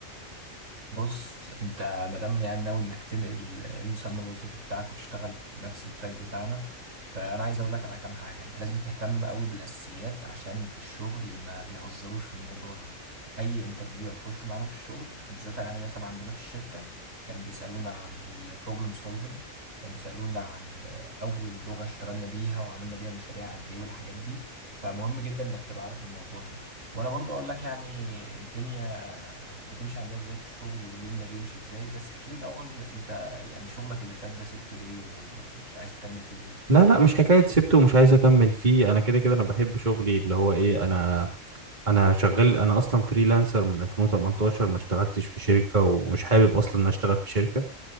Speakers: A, on the right; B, on the right.
A: بص انت مادام يعني ناوي انك تنقل المسمى الوظيفي بتاعك وتشتغل في نفس التراك بتاعنا فانا عايز اقول لك على كام حاجه انت لازم تهتم قوي بالاساسيات عشان في الشغل ما بيهزروش في الموضوع ده اي انترفيو هتخشه معانا في الشغل بالذات يعني مثلا عندنا في الشركه كان بيسالونا عن البروبلم سولفنج كان بيسالونا عن آه، اول لغه اشتغلنا بيها وعملنا بيها مشاريع قد ايه والحاجات دي فمهم جدا انك تبقى عارف الموضوع ده وانا برضو اقول لك يعني الدنيا بتمشي عندنا ازاي في الشغل ويومنا بيمشي ازاي بس احكي لي الاول انت يعني شغلك اللي فات ده سبته ليه ومش عايز تكمل فيه ليه
B: لا لا مش حكايه سبته ومش عايز اكمل فيه انا كده كده انا بحب شغلي اللي هو ايه انا انا شغال انا اصلا فريلانسر من 2018 ما اشتغلتش في شركه ومش حابب اصلا ان أنا اشتغل في شركه